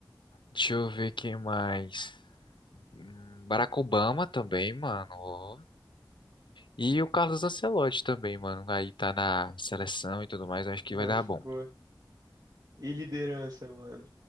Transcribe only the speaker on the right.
Eu
acho
boa. E liderança, mano.